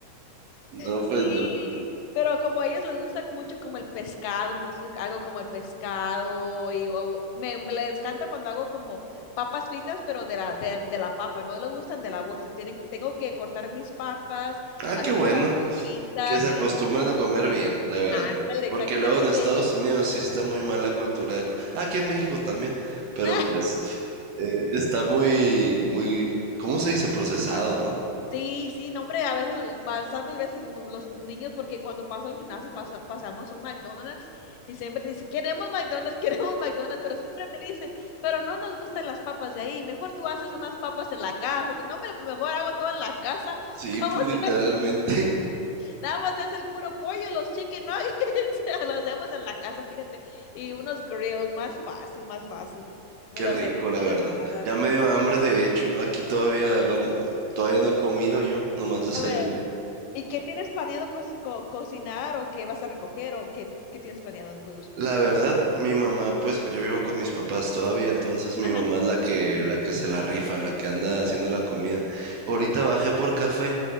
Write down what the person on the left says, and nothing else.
Sí,
pero como a ellos les gusta mucho como el pescado, entonces hago como el pescado y o- me, me les encanta cuando hago como papas fritas, pero de la, de, de la papa, no les gustan de la bolsa. Tienen, tengo que cortar mis papas,
hacer
las fritas
y
ándale,
exactamente.
<laughs>
Sí, sí, no, hombre, a veces, bastantes veces mm, los niños, porque cuando paso al gimnasio pasa- pasamos un McDonald's y siempre dice, queremos McDonald's, <laughs> queremos McDonald's, pero siempre me dicen, pero no nos gustan las papas de ahí, mejor tú haces unas papas en la casa. No, hombre, pues mejor hago todo en la casa,
<laughs> como
que nada más es el puro pollo, los chicken nuggets, <laughs> lo hacemos en la casa, fíjate, y unos grills, más fácil, más fácil. Me
los
aviento
de volada,
sí.
A ver, ¿y qué tienes planeado co- co- cocinar o qué vas a recoger o qué, qué tienes planeado en tus...
Ajá.
Ah, mira
qué rico.